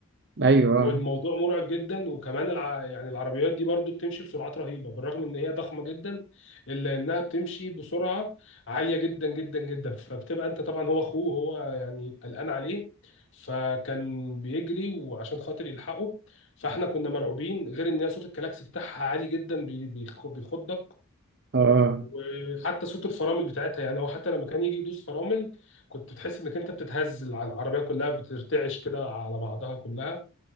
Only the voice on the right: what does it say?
ايوه
اه
آه.